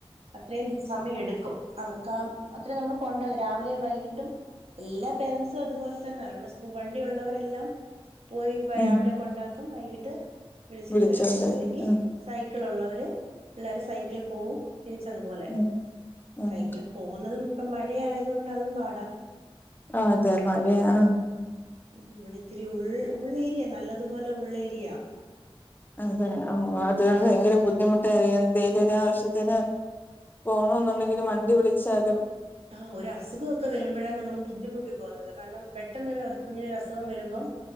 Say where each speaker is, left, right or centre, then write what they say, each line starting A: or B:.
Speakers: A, on the right; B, on the left.
A: അത്രയും സമയം എടുക്കും അവർക്ക് ആഹ് അത്ര നമ്മള് കൊണ്ടോകും രാവിലെയും വൈകിട്ടും എല്ലാ പേരൻറ്സും അതുപോലെ തന്നെ അവിടെ സ്കൂട്ടി വണ്ടി ഉള്ളവരെല്ലാം പോയി
B: ഉം
A: രാവിലെ കൊണ്ടാക്കും വൈകിട്ട് വിളിച്ചിട്ട്
B: വിളിച്ചോണ്ട്
A: വരും അല്ലെങ്കി
B: ഉം
A: സൈക്കിൾ ഉള്ളവര് പിള്ളേര് സൈക്കിളിൽ പോവും തിരിച്ചതുപോലെ
B: ഉം ഉം
A: സൈക്കിള് പോന്നതും ഇപ്പം മഴ ആയത് കൊണ്ട് അതും പാടാ
B: ആഹ് അതെ മഴയാ
A: ഉം ഇവിടെ ഇത്തിരി ഉൾ ഉള്ളേരിയ നല്ലതുപോലെ ഉള്ളേരിയ
B: അതെ ഓഹ് അതുകൊണ്ട് ഭയങ്കര ബുദ്ധിമുട്ടാണ് എന്തെലും ഒരു ആവശ്യത്തിന് പോണോന്നുണ്ടെങ്കില് വണ്ടി വിളിച്ചാലും
A: ആഹ് ഒരു അസുഖക്കെ വരുമ്പോഴാണ് നമ്മള് ബുദ്ധിമുട്ടി പോകുന്നത് കാരണം പെട്ടെന്നൊരു കുഞ്ഞിനൊരു അസുഖം വരുമ്പം